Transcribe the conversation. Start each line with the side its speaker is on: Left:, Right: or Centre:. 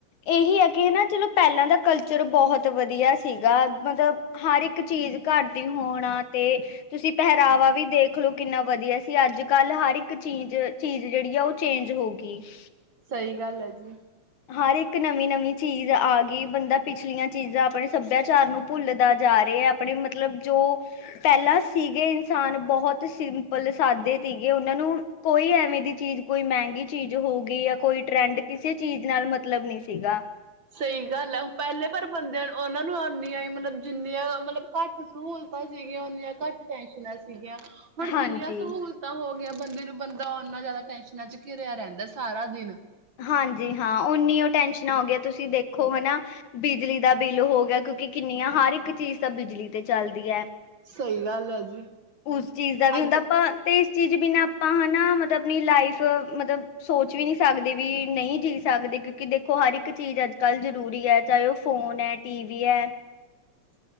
Left: ਇਹੀ ਹੈ ਕਿ ਹਨਾ ਚਲੋ ਪੈਲਾਂ ਦਾ ਕਲਚਰ ਬਹੁਤ ਵਧੀਆ ਸੀਗਾ ਮਤਲਬ ਹਰ ਇੱਕ ਚੀਜ਼ ਘਰ ਦੀ ਹੋਣਾ ਤੇ ਤੁਸੀਂ ਪਹਿਰਾਵਾ ਵੀ ਦੇਖਲੋ ਕਿੰਨਾ ਵਧੀਆ ਸੀ ਅੱਜ ਕੱਲ੍ਹ ਹਰ ਇੱਕ ਚੀਜ਼-ਚੀਜ਼ ਜੇੜੀ ਆ ਓ ਚੇਂਜ ਹੋ ਗਈ। ਕੀਫ
Right: ਸਈ ਗੱਲ ਹੈ ਜੀ।
Left: ਹਰ ਇੱਕ ਨਵੀ-ਨਵੀ ਚੀਜ਼ ਆ ਗਈ ਬੰਦਾ ਪਿਛਲੀਆਂ ਚੀਜ਼ਾਂ ਆਪਣੇ ਸੱਭਿਆਚਾਰ ਨੂੰ ਭੁੱਲਦਾ ਜਾ ਰਿਆ ਐ ਆਪਣੇ ਮਤਲਬ ਜੋ ਪੈਲਾਂ ਸੀਗੇ ਇਨਸਾਨ ਬਹੁਤ ਸੀ। ਬਲ ਸਾਦੇ ਸੀਗੇ ਉਨਾਂ ਨੂੰ ਕੋਈ ਐਵੇਂ ਦੀ ਚੀਜ਼ ਕੋਈ ਮੈਂਗੀ ਚੀਜ਼ ਹੋ ਗਈ ਜਾਂ ਕੋਈ ਟਰੈਂਡ ਕਿਸੇ ਚੀਜ਼ ਨਾਲ ਮਤਲਬ ਨੀ ਸੀਗਾ।
Right: ਸਈ ਗੱਲ ਐ ਪੈਲੇ ਪਰ ਬੰਦਿਆਂ ਉਨਾਂ ਨੂੰ ਨੀਆਂ ਹੀ ਮਤਲਬ ਜਿੰਨੀਆਂ ਮਤਲਬ ਘੱਟ ਸਹੂਲਤਾਂ ਸੀਗੀਆਂ ਓਨੀਆਂ ਘੱਟ ਟੈਨਸ਼ਨਾਂ ਸੀਗੀਆਂ। ਹੁਣ
Left: ਹਾਂਜੀ
Right: ਜਿੰਨੀਆਂ ਸਹੂਲਤਾਂ ਹੋ ਗਈਆਂ ਬੰਦੇ ਨੂੰ ਬੰਦਾ ਓਨਾ ਜਾਦਾ ਟੈਂਸ਼ਨਾਂ 'ਚ ਘਿਰਿਆ ਰੈਂਦਾ ਸਾਰਾ ਦਿਨ
Left: ਹਾਂਜੀ ਹਾਂ ਓਨੀ ਓ ਟੈਸ਼ਨਾਂ ਹੋਗੀਆਂ ਤੁਸੀ ਦੇਖੋ ਹਨਾ। ਬਿਜਲੀ ਦਾ ਬਿੱਲ ਹੋ ਗਿਆ ਕਿਉਂਕਿ ਕਿੰਨੀਆਂ ਹਰ ਇੱਕ ਚੀਜ਼ ਤਾਂ ਬਿਜਲੀ ਤੇ ਚੱਲਦੀ ਐ।
Right: ਸਈ ਗੱਲ ਐ ਜੀ।
Left: ਉਸ ਚੀਜ਼ ਦਾ ਵੀ
Right: ਅੱਜ
Left: ਹੁੰਦਾ ਆਪਾਂ ਤੇ ਇਸ ਚੀਜ਼ ਬਿਨਾਂ ਆਪਾਂ ਹਨਾ ਮਤਲਬ ਆਪਣੀ ਲਾਈਫ ਮਤਲਬ ਸੋਚ ਵੀ ਨਈ ਸਕਦੇ ਵੀ ਨਈ ਜੀ ਸਕਦੇ ਕਿਉਂਕਿ ਦੇਖੋ ਹਰ ਇੱਕ ਚੀਜ਼ ਅੱਜ ਕੱਲ੍ਹ ਜ਼ਰੂਰੀ ਐ ਚਾਹੇ ਓ ਫੋਨ ਐ। ਟੀ ਵੀ ਐ।
Right: <inaudible>